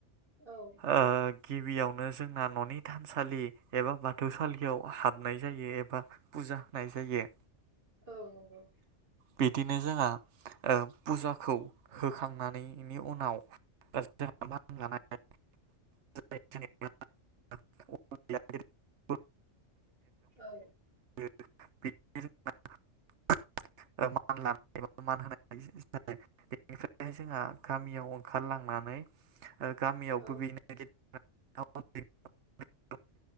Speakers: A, on the right; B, on the right.
A: औ
B: ओ गिबियावनो जोंना न'नि थानसालि एबा बाथौसालियाव हाबनाय जायो एबा फुजा होनाय जायो।
A: औ नंगौ।
B: बिदिनो जोंहा ओ फुजाखौ होखांनानैनि उनाव जोंहा मानाय <unintelligible> <unintelligible> <unintelligible>
A: औ।
B: <unintelligible> मान लानाय एबा मान होनाय बेनिफ्राय जोंहा गामियाव ओंखारलांनानै ओ गामियावबो
A: औ
B: बेनो <unintelligible>